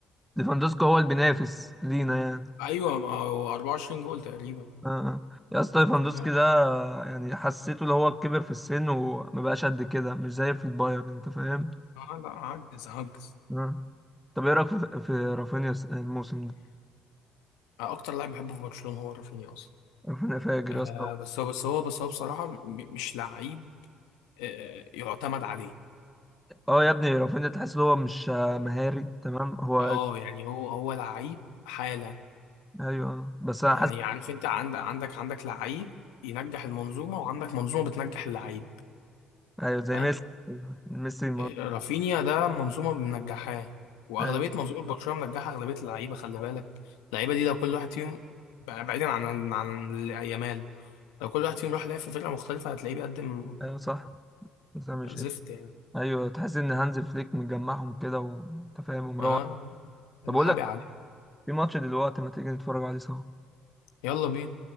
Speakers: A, in the centre; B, on the left.
A: ليفاندوسكي هو اللي بينافس لينا يعني
B: ايوه ما هو 24 جول تقريبا
A: اه آه. يا اسطى ليفاندوسكي
B: فاهم
A: ده يعني حسيته اللي هو كبر في السن وما بقاش قد كده مش زي في البايرن انت فاهم
B: آه لا عجز عجز
A: آه. طب ايه رايك في في رافينيا الس- الموسم ده
B: آه، اكتر لاعب بحبه في برشلونة هو رافينيا اصلا
A: رافينيا فاجر
B: آه
A: يا اسطى
B: بس هو بس هو بس هو بصراحة م- مش لعيب آه يعتمد عليه
A: اه يا ابني رافينيا تحس ان هو مش آه، مهاري تمام هو
B: اه يعني هو هو لعيب حالة
A: ايوه اه. بس انا
B: يعني
A: حاسس
B: عارف انت عند عندك عندك لعيب ينجح المنظومة وعندك منظومة بتنجح اللعيب
A: ايوه زي
B: فاهم؟
A: ميسي ميسي ما...
B: رافينيا ده منظومة منجحاه وأغلبية
A: ايوه
B: منظومة آه. برشلونة منجحة أغلبية اللعيبة خلي بالك اللعيبة دي لو كل واحد فيهم بعيدا عن عن يامال لو كل واحد فيهم راح لعب في فرقة مختلفة هتلاقيه بيقدم
A: أيوة صح بس انا مش
B: زفت يعني
A: ايوه تحس ان هانز فليك مجمعهم كده وانت فاهم ومروح
B: اه محابي
A: طب اقول لك
B: عليه
A: في ماتش دلوقتي ما تيجي نتفرج عليه سوا
B: يلا بينا